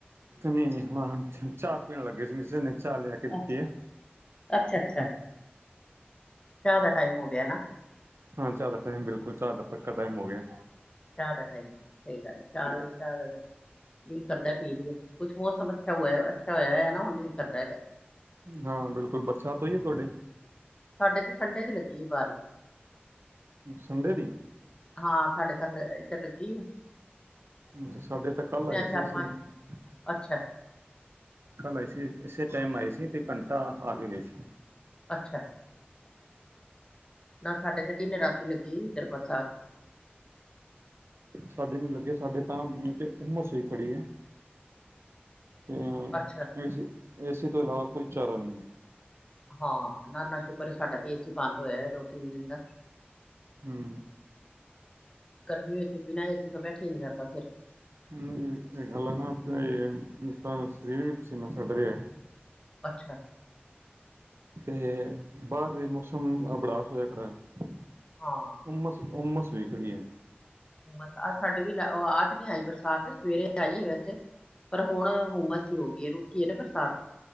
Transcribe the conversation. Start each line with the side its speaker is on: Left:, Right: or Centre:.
Right: ਨ‌ਈ-ਨ‌ਈ ਹੁਣ ਚਾਹ ਪੀਣ ਲੱਗੇ ਸੀ <unintelligible> ਚਾਹ ਲਿਆ ਕੇ ਦਿੱਤੀ
Left: ਅੱਛਾ
Right: ਐ,
Left: ਅੱਛਾ ਅੱਛਾ
Right: ਹੂੰ।
Left: ਚਾਹ ਦਾ ਟਾਈਮ ਹੋ ਗਿਆ ਨਾ।
Right: ਹਾਂ ਚਾਹ ਦਾ ਟੈਮ ਬਿਲਕੁਲ ਚਾਹ ਦਾ ਪੱਕਾ ਟੈਮ ਹੋ ਗਿਆ।
Left: ਚਾਹ ਦਾ ਟਾਈਮ, ਸਹੀ ਗੱਲ ਏ ਚਾਰ ਵਜੇ ਚਾਹ ਦਾ <unintelligible> ਕਰਦਾ ਪੀਣ ਲੀਏ, ਕੁਛ ਮੌਸਮ ਅੱਛਾ ਹੁਆ ਅੱਛਾ ਹੋਇਆ ਐ ਨਾ ਹੁਣ ਦਿਲ ਕਰਦਾ ਹੈਗਾ।
Right: ਹਾਂ ਬਿਲਕੁਲ, ਬਰਸਾਤ ਹੋਈ ਐ ਤੁਹਾਡੇ?
Left: ਸਾਡੇ ਤੇ ਸੰਡੇ ਦੀ ਲੱਗੀ ਐ ਬਾਰਸ਼।
Right: ਸੰਡੇ ਦੀ?
Left: ਹਾਂ ਸਾਡੇ ਘਰ, ਏਦਰ ਲੱਗੀ ਏ?
Right: ਅੱਛਾ ਸਾਡੇ ਤਾਂ ਕੱਲ ਆਈ
Left: ਚਾਰ
Right: ਸੀ ਸਵੇਰੇ।
Left: ਪੰਜ ਅੱਛਾ
Right: ਕੱਲ ਆਈ ਸੀ ਏਸੇ ਟੈਮ ਆਈ ਸੀ ਤੇ ਘੰਟਾ ਆ ਕੇ ਗ‌ਈ ਸੀ।
Left: ਅੱਛਾ, ਨਾ ਸਾਡੇ ਤੇ ਦਿਨ-ਰਾਤੀ ਲੱਗੀ ਏਦਰ ਬਰਸਾਤ।
Right: ਸਾਡੇ ਨੀ ਲੱਗੇ ਸਾਡੇ ਤਾਂ ਤੇ ਹੁੰਮਸ ਹੋਈ ਖੜੀ ਐ। ਹੂੰ,
Left: ਅੱਛਾ
Right: ਏਸੇ ਏਸੇ ਤੋਂ ਇਲਾਵਾ ਕੋਈ ਚਾਰਾ ਨੀ।
Left: ਹਾਂ, ਨਾ-ਨਾ ਸ਼ੁਕਰ ਸਾਡਾ ਤੇ ਏ ਸੀ ਬੰਦ ਹੋਇਆ ਦੋ-ਤਿੰਨ ਦਿਨ ਦਾ।
Right: ਹੂੰ।
Left: ਗਰਮੀ ਵਿੱਚ ਬਿਨਾਂ ਏ ਸੀ ਤੋਂ ਬੈਠਿਆ ਈ ਨੀ ਜਾਂਦਾ ਫੇਰ।
Right: ਹੂੰ ਏਹ ਗੱਲਾਂ ਐ ਨਾ ਤੇ ਹੁਣ ਤਾਂ ਸਰੀਰ ਵੀ ਪਸੀਨਾ ਛੱਡ ਰੇਆ।
Left: ਅੱਛਾ।
Right: ਤੇ ਬਾਰ ਵੀ ਮੌਸਮ ਅਹ <unintelligible> ਹੋਇਆ ਖੜਾ ਐ।
Left: ਹਾਂ।
Right: ਊਮਸ-ਊਮਸ ਹੋਈ ਖੜੀ ਐ।
Left: ਹੁਮਸ ਅੱਜ ਸਾਡੀ ਵੀ ਓ ਅੱਜ ਨੀ ਆਈ ਬਰਸਾਤ ਸਵੇਰੇ ਆਈ ਐ ਵੈਸੇ ਪਰ ਹੁਣ ਹੁਮਸ ਸ਼ੁਰੂ ਹੋ ਗੀ ਏ ਰੁਕੀ ਏ ਨਾ ਬਰਸਾਤ।